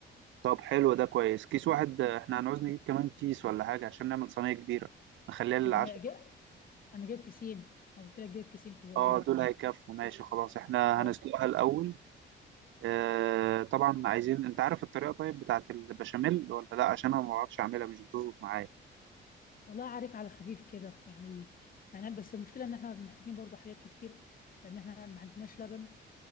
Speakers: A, on the right; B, on the left.
A: طب حلو ده كويس كيس واحد آه، احنا هنعوز نجيب كمان كيس ولا حاجة عشان نعمل صينية كبيرة نخليها للعشاء
B: وانا جا انا جايب كيسين انا قلت لك جايب كيسين كبار
A: اه
B: يعني
A: دول هيكفوا ماشي خلاص احنا
B: اه
A: هنسلقها الأول آه طبعا عايزين انت عارف الطريقه طيب بتاعت البشاميل ولا لا عشان انا ما بعرفش اعملها مش بتظبط معايا
B: والله عارف على خفيف كده يعني يعني أنا- بس المشكله ان احنا محتاجين برضو حاجات كتير لان احنا ما عندناش لبن